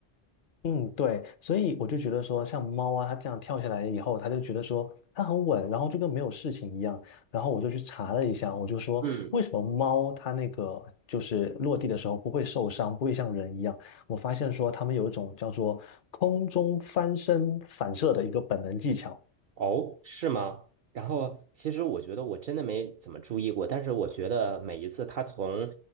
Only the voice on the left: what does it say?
嗯，对，所以我就觉得说，像猫啊，它这样跳下来以后，它就觉得说它很稳，然后就跟没有事情一样。然后我就去查了一下，我就说为什么猫它那个就是落地的时候不会受伤，
不会像人一样。我发现说它们有一种叫做空中翻身反射的一个本能技巧。